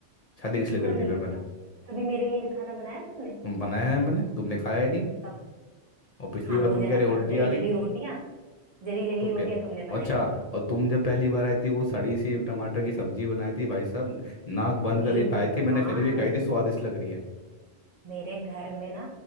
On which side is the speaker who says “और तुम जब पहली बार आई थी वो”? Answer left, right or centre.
Left